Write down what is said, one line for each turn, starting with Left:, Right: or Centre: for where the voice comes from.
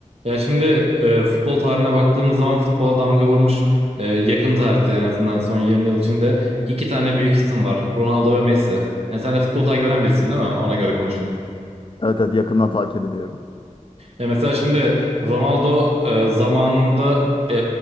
Right: Ya şimdi e, futbol tarihine baktığımız zaman futbola damga vurmuş e, yakın tarihte en azından son 20 yıl içinde iki tane büyük isim var. Ronaldo ve Messi. Yani sen de futbol takip eden birisin değil mi? Ona göre konuşayım.
Left: Evet evet yakından takip ediyorum.
Right: Ya mesela şimdi Ronaldo e, zamanında e,